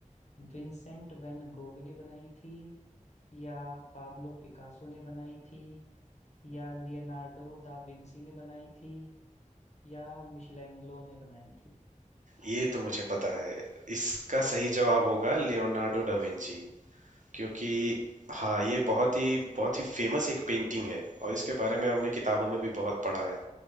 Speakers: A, on the left; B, on the right.
A: विंसेंट वैन गोग ने बनाई थी या पाब्लो पिकासो ने बनाई थी या लियोनार्डो दा विंसी ने बनाई थी या मिशेलेंग्लो ने बनाई थी
B: ये तो मुझे पता है इसका सही जवाब होगा लियोनार्डो डा विंची क्योंकि हाँ ये बहुत ही बहुत ही फेमस एक पेंटिंग है और इसके बारे में हमने किताबों में भी बहुत पढ़ा है